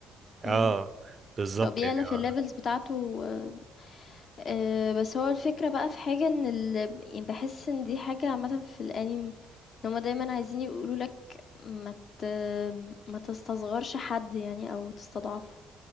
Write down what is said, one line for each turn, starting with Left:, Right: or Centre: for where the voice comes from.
Right: اه
Left: امم
Right: بالظبط
Left: هو بيعلى
Right: يعني
Left: في
Right: هو-
Left: الليفلز بتاعته آه، آه، بس هو الفكرة بقى في حاجة ان ال... يعني بحس ان دي حاجة عامة في الانمي ان هما دايما عايزين يقولوا لك ما ت... ما تستصغرش حد يعني او تستضعفه